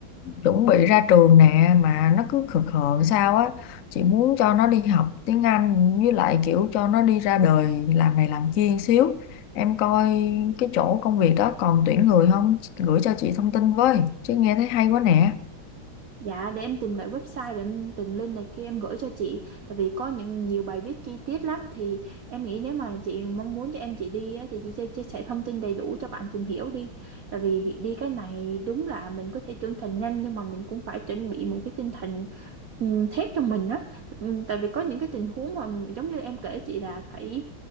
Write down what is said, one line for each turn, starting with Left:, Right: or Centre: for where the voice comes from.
Left: chuẩn bị ra trường nè mà nó cứ khờ khờ sao á. Chị muốn cho nó đi học tiếng Anh với lại kiểu cho nó đi ra đời làm này làm kia xíu. Em coi cái chỗ công việc đó còn tuyển người không? Gửi cho chị thông tin với. Chứ nghe thấy hay quá nè.
Right: Dạ để em tìm lại website rồi em tìm link này kia em gửi cho chị Tại vì có những nhiều bài viết chi tiết lắm Thì em nghĩ nếu mà chị mong muốn cho em chị đi á, Thì chị sẽ chia sẻ thông tin đầy đủ cho bạn tìm hiểu đi Tại vì đi cái này đúng là mình có thể trưởng thành nhanh Nhưng mà mình cũng phải chuẩn bị một cái tinh thần um, thép trong mình á Ừm, Tại vì có những cái tình huống mà giống như em kể chị là phải